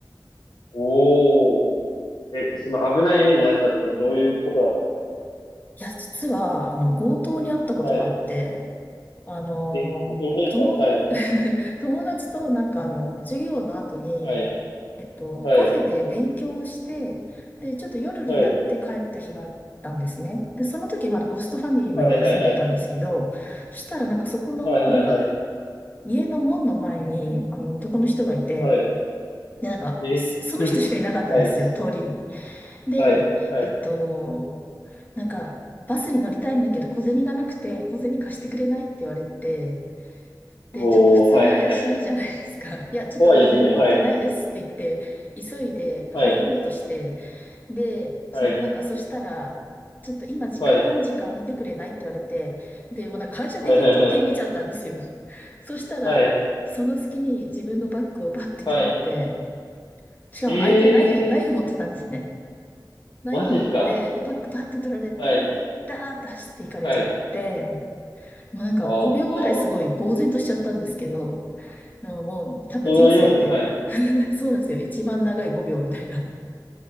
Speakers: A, on the left; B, on the left.
A: おー。え、その危ない目にあったっていうのはどういうことだったんです
B: や、実は、あの、強盗に遭ったことがあって、
A: か
B: あの、
A: え、本当ですかはい、
B: 友、<laughs> 友達となんかあの、授業の後に、
A: はい、
B: えっと、
A: はい、
B: カフェで勉強をして、で、ちょっと夜になって帰った日があったんですね。
A: はい、
B: で、その時まだホストファミリーの家に住んでたんですけど、
A: はい、はい、はい、
B: そしたらなんかそこの、
A: はい、はい、
B: なんか
A: はい、
B: 家の門の前に、あの、男の人がいて、
A: はい、
B: で、なんか、
A: え、
B: そその人しかいなかったんですよ、
A: <laughs> はい、
B: 通りに。で、
A: はい、はい、
B: えっと、なんか、バスに乗りたいんだけど小銭がなくて、小銭貸してくれないって言われて、で、
A: もう、
B: ちょっと普通に怪しいじゃないですか。
A: はい、はい、はい、
B: <laughs> いや、ちょっと小銭持ってないですって言って、
A: 怖いですね、はい、
B: 急いで入ろうとして、
A: はい、
B: で、そ、
A: はい、
B: なんかそしたら、ちょっと今時間何時か見てくれないって言われて、
A: はい、
B: で、もうなんか反射的に時計見ちゃったんですよ。
A: はい、はい、はい、
B: そしたら、
A: はい、
B: その隙に自分のバッグをバッて取られて、
A: はい、
B: しかも相手ナイフ、
A: ええ
B: ナイフ持ってたんですね。ナイフ持って、
A: ー、マジですか
B: で、バッグバッて取られて、
A: はい、
B: ダーって走っていかれちゃって、
A: はい、
B: もうなんか5秒ぐらいすごい呆然としちゃったんですけど、
A: あーあー、
B: あのもう多分人生で、
A: そうなりますよね、はい、
B: <laughs> そうですよ。一番長い5秒みたいな。